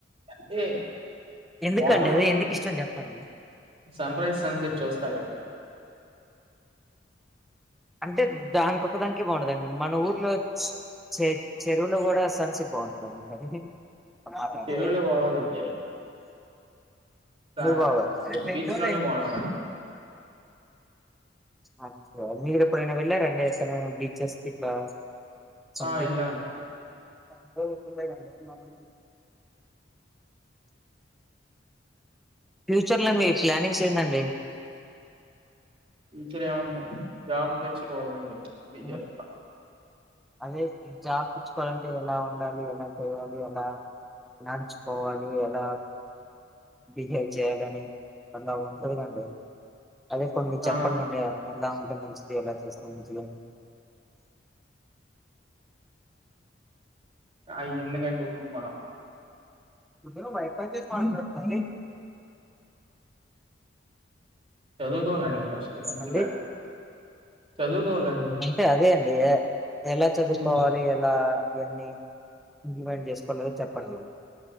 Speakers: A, on the right; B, in the centre.
A: అంటే
B: ఎందుకండి
A: బాగుంటది
B: అదే
A: కదండి
B: ఎందుకు ఇష్టం చెప్పండి
A: సన్ రైజ్ సన్సెట్ చూస్తా కాండి
B: అంటే దానికొక్క దానికే బాగుంటదండి మన ఊర్లో చె చెరువులో కూడా సన్ సెట్ బాగుం కదండి మరి మాట్లాడితే
A: చెరువులో బాగోదండి
B: ఎందుకు
A: కా
B: బాగోదండి
A: బీచ్ లోనే బాగుంటదండి
B: అచ్చ మీరే ఎప్పుడైనా వెళ్ళారండి ఎక్కడైనా బీచెస్ ఇట్లా సంథింగ్
A: ఆ వెళ్ళామండి
B: అంతగా గుర్తు లేదండి మాకి ఫ్యూచర్‌లో మీ ప్లానింగ్స్ ఏందండి
A: ఫీచర్ ఏముంది జాబ్ తెచ్చుకోవాలండి ఫ్యూచర్
B: ఆ అదే ఈజాబ్ పుచ్చుకోవాలంటే ఎలా ఉండాలి ఎలా చేయాలి ఎలా లంచ్ పోవాలి ఎలా బిహేవ్ చేయాలని అలా ఉంటదండి అదే కొన్ని మీరు
A: ఆ
B: చెప్పండి అండి ఎలా ఉంటే మంచిది ఎలా చేస్తే మంచిగా అని
A: అయ్యేందుకండి ఇప్పుడు మనం
B: ముందు నువ్ వైఫై చేసి మాట్లాడరా
A: చదువుకోవాలండి ఫస్ట్ మంచిగా
B: అంటే
A: చదువుకోవాలండి
B: అంటే అదే అండి ఎలా చదువుకోవాలి
A: హ్మ్.
B: ఎలా ఇవన్ని ఇంప్లిమెంట్ చేసుకోలేద చెప్పండి